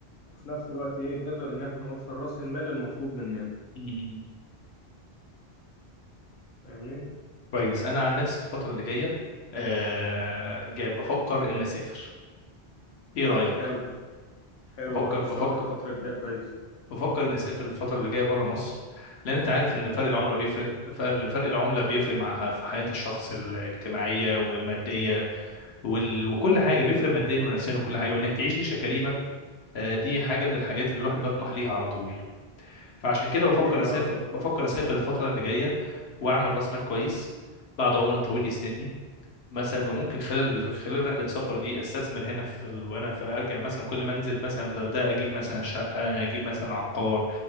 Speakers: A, on the left; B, on the left.
A: وفي نفس الوقت إيه نقدر إن إحنا نوفر رأس المال المطلوب مننا
B: مم.
A: فاهمني؟
B: كويس انا عن نفسي الفتره اللي جايه آه جاي بفكر ان اسافر ايه رايك
A: حلو حلو
B: بفكر
A: برضو السفر
B: بفكر
A: الفترة الجاية كويس
B: بفكر اني اسافر الفتره اللي جايه بره مصر لان انت عارف ان فرق العمله بيفرق فرق فرق العمله بيفرق مع ح- في حياه الشخص الاجتماعيه والماديه وال... وكل حاجه بيفرق ماديا ونفسيا وكل حاجه وانك تعيش عيشه كريمه آه دي حاجه من الحاجات اللي الواحد بيطمح ليها على طول فعشان كده
A: طبيعي
B: بفكر اسافر
A: أه
B: بفكر اسافر الفتره اللي جايه واعمل راس مال كويس بعد عمر طويل يسندني مثلا وممكن خلال خلال رحله السفر دي استثمر هنا في ال... وانا في ارجع مثلا كل ما انزل مثلا الغردقه اجيب مثلا شقه اجيب مثلا عقار